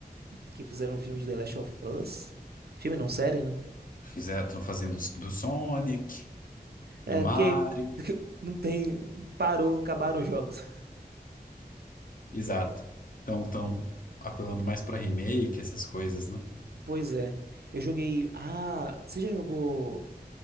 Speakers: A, on the right; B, on the left.
A: Que fizeram um filme de The Last of Us. Filme não, série, né?
B: Fizeram, estão fazendo s- do Sonic,
A: É,
B: do Mario.
A: porque <laughs> não tem. Parou, acabaram os jogos.
B: Exato. Estão estão apelando mais para remake, essas coisas, né?
A: Pois é. Eu joguei. Ah, você já jogou